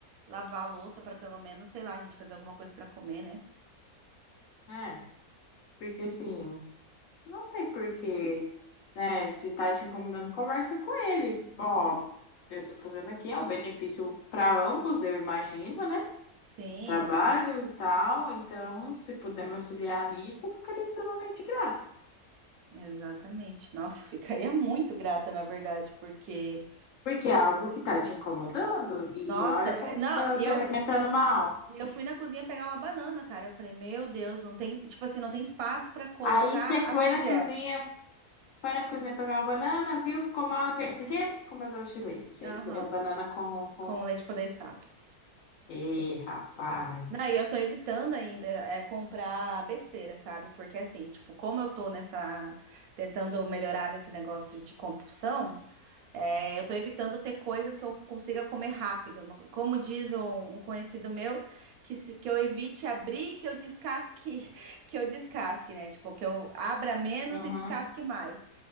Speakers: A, on the right; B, on the left.
A: lavar a louça para pelo menos, sei lá, a gente fazer alguma coisa para comer, né?
B: É, porque sim. Não tem porquê, né? Se tá te incomodando, conversa com ele. Ó, eu tô fazendo aqui, é um benefício para ambos, eu imagino, né?
A: Sim,
B: Trabalho
A: não.
B: e tal, então, se puder me auxiliar nisso, eu ficaria extremamente grata.
A: Exatamente. Nossa, eu ficaria muito grata, na verdade, porque
B: Porque é algo que tá te incomodando e
A: Nossa,
B: olha
A: é-
B: como
A: não,
B: você tá
A: e
B: se
A: eu,
B: alimentando mal.
A: E eu fui na cozinha pegar uma banana, cara. Eu falei, meu Deus, não tem, tipo assim, não tem espaço pra colocar
B: Aí você foi
A: as tigelas.
B: na cozinha, foi na cozinha pegar uma banana, viu? Ficou mal e fez o quê? Comeu doce de leite.
A: Aham,
B: É banana com... com...
A: com leite condensado.
B: Ih, rapaz.
A: Daí eu tô evitando ainda é, comprar besteira, sabe? Porque assim, tipo, como eu tô nessa, tentando melhorar nesse negócio de compulsão, É, eu tô evitando ter coisas que eu consiga comer rápido. Não- Como diz um, um conhecido meu, que, se- que eu evite abrir, que eu descasque, <laughs> que eu descasque, né? Tipo, que eu abra menos
B: Uhum.
A: e descasque mais.